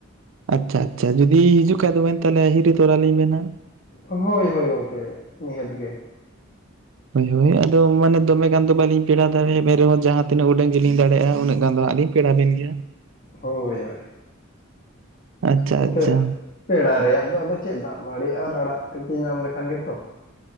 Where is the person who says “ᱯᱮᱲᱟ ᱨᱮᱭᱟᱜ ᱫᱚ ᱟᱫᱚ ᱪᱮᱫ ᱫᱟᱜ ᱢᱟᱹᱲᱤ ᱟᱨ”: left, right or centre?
Left